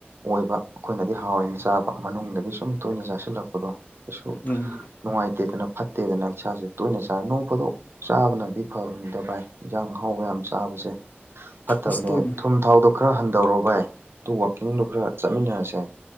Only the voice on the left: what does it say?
ꯎꯝ
ꯑꯁ ꯇꯣꯏꯅꯤ